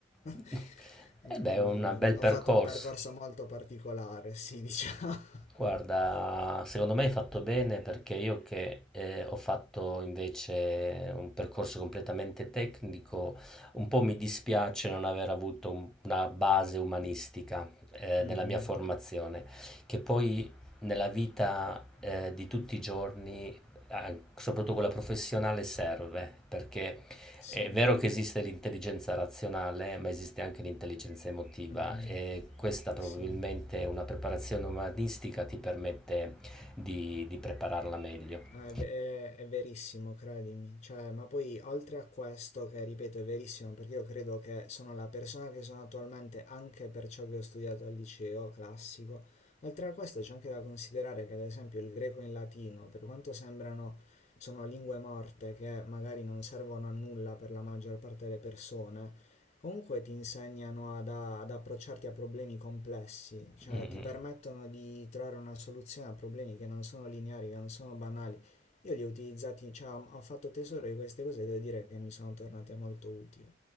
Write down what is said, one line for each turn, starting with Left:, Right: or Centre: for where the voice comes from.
Centre: <laughs>
Left: <laughs> mm,
Centre: Eh beh, è un bel
Left: ho
Centre: percorso.
Left: fatto un percorso molto particolare, sì, <laughs> diciamo.
Centre: Guarda, secondo me hai fatto bene perché io che eh, ho fatto invece un percorso completamente tecnico, un po' mi dispiace non aver avuto un- una base umanistica eh,
Left: Mm-mm.
Centre: nella mia formazione, che poi nella vita eh, di tutti i giorni, eh, soprattutto quella professionale, serve perché
Left: Sì,
Centre: è vero che esiste l'intelligenza razionale, ma esiste anche l'intelligenza emotiva
Left: mm-mm,
Centre: e questa probabilmente
Left: sì.
Centre: una preparazione umanistica ti permette di, di prepararla meglio.
Left: Ah, È, ve- è- è verissimo, credimi. Cioè, ma poi oltre a questo, che ripeto è verissimo, perché io credo che sono la persona che sono attualmente anche per ciò che ho studiato al liceo classico, oltre a questo c'è anche da considerare che ad esempio il greco e il latino, per quanto sembrano, sono lingue morte che magari non servono a nulla per la maggior parte delle persone, Comunque ti insegnano ad, ad approcciarti a problemi complessi, cioè
Centre: Mm, mm.
Left: ti permettono di trovare una soluzione a problemi che non sono lineari, che non sono banali. Io li ho utilizzati, cioè ho, ho fatto tesoro di queste cose e devo dire che mi sono tornate molto utili.